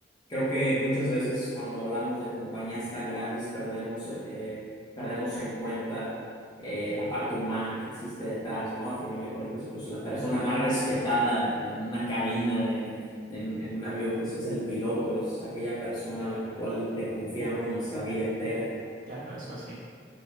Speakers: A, on the left; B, on the right.
A: creo que muchas veces cuando hablamos de compañías tan grandes perdemos, eh, eh, perdemos en cuenta eh, la parte humana que existe detrás, ¿no? A final de cuentas, pues la persona más respetada en, en una cabina, en, en, en un avión, pues es el piloto, es aquella persona a la cual le confiamos nuestra vida entera.
B: Claro, eso sí.